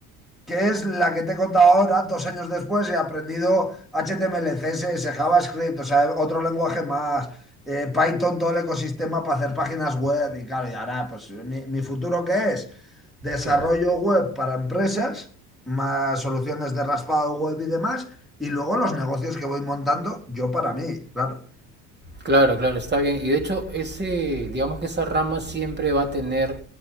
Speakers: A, in the centre; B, on the right.
A: que es la que te he contado ahora, dos años después he aprendido HTML, CSS, JavaScript, o sea, otro lenguaje más, eh, Python, todo el ecosistema para hacer páginas web y claro, y ahora, pues mi, mi futuro qué es desarrollo
B: Claro.
A: web para empresas, más soluciones de raspado web y demás, y luego los negocios que voy montando yo para mí, claro.
B: Claro, claro, está bien. Y de hecho, ese, digamos que esa rama siempre va a tener